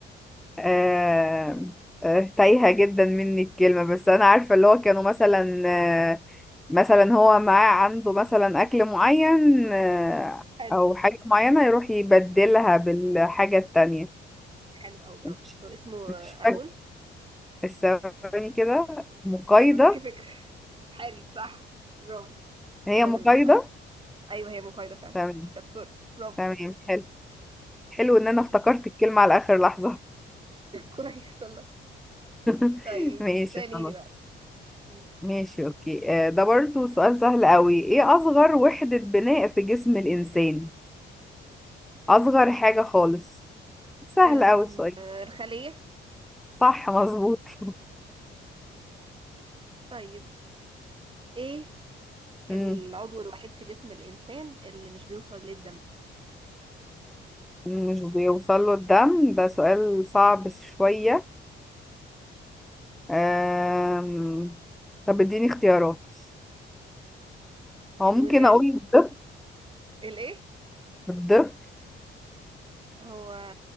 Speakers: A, in the centre; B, on the right (about 25°).
A: آه، آه، تايهة جدا مني الكلمة بس أنا عارفة اللي هو كانوا مثلا آه، مثلا هو معاه عنده مثلا أكل معين آه،
B: حلو
A: أو حاجة معينة يروح يبدلها بالحاجة التانية
B: حلو قوي برافو
A: مش
B: هو اسمه
A: مش فاكرة
B: اقول
A: الثواني كده مقايضة
B: ايوه اديكي فكرة حلو صح برافو نظام
A: هي مقايضة
B: المؤايدة أيوه هي مقايضة فعلا
A: تمام
B: شطور برافو
A: تمام حلو حلو إن أنا افتكرت الكلمة على آخر لحظة
B: <laughs> كويس والله
A: <laughs>
B: طيب
A: ماشي
B: سأليني
A: خلاص
B: بقى مم.
A: ماشي اوكي آه، ده برضو سؤال سهل قوي ايه اصغر وحدة بناء في جسم الانسان اصغر حاجة خالص سهل
B: آم،
A: قوي السؤال
B: آه، الخلية
A: صح مظبوط <laughs>
B: طيب إيه
A: مم،
B: العضو الوحيد في جسم الإنسان اللي مش بيوصل للدم
A: مش بيوصل له الدم ده سؤال صعب شوية أم... طب اديني اختيارات هو
B: الودان
A: ممكن اقول الضفر
B: الإيه
A: الضفر
B: هو